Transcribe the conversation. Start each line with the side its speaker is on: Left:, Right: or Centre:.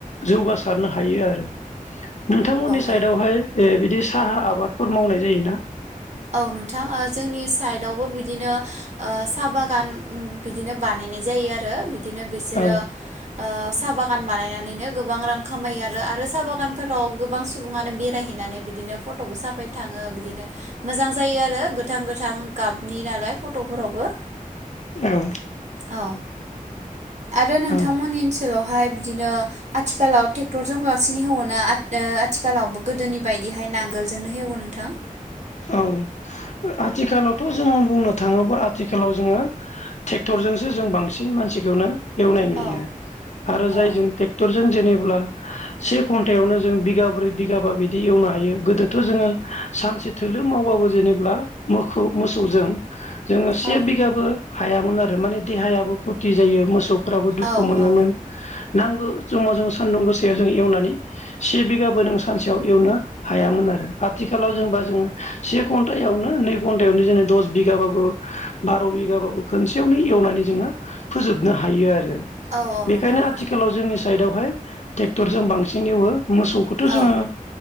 Left: जौगासिनो सारनो हायो आरो, नोंथांमोननि
Right: औ
Left: साइदावहाय बिदि साहा आबादफोर मावनाय जायोना?
Right: औ नोंथां जोंनि साइदवबो बिदिनो साहा बागान बिदिनो बानाय नाय जायो आरो बि बिदिनो बिसोरो
Left: औ
Right: साहा बागान बानायनानैनो गोबां रां खामायो आरो आरो साहा बागान फोराव गोबां सुबुङानो बेरायहैनानै बिदिनो फट'बो साफायनो थाङो बिदिनो। मोजां जायो आरो गोथां गोथां गाबनि नालाय फट'फोरावबो
Left: औ
Right: औ आरो नोंथांमोननि
Left: औ
Right: ओनसोलाव बेवहाय बिदिनो आथिखालाव ट्रेक्टरजों बांसिन हेवोना आथिखालावबो गोदोनि बायदिहाय नांगोलजोंनो हेवो नोंथां।
Left: औ आथिखालावथ' जोङो बुंनो थाङोब्ला आथिखालाव जोङो ट्रेक्टरजोंसो जों बांसिन मानसिखौनो एवनाय नुयो,
Right: औ
Left: आरो जायजों
Right: औ
Left: ट्रेक्टरजों जेनेबा से घन्टायावनो जों बिगाब्रै बिगाबा बिदि एवनो हायो गोदोथ' जोङो सानसे थोलो मावबाबो जेनेब्ला मोखौ मोसौजों जोङो से
Right: औ
Left: बिगाबो हायामोन आरो माने देहायाबो खति जायो मोसौफोराबो दुखु
Right: औ
Left: मोनोमोन
Right: औ
Left: नांगौ ज समाव जोंङो सान्दुं गो याव जों एवनानै से बिगाबो नों सानसेयाव एवनो हायामोन आरो आथिखालाव जोंबा जोङो से घन्टायावनो नै घन्टायावनो जेन दस बिघाबाबो बार' बिगाबाबो खनसेयावनो वनानै जोङो फोजोबनो हायो आरो।
Right: औ औ
Left: बेखायनो
Right: नंगौ नोंथां
Left: आथिखालाव जोंनि साइडआवहाय ट्रेक्टरजों बांसिन एवो मोसौखौथ' जोङो
Right: औ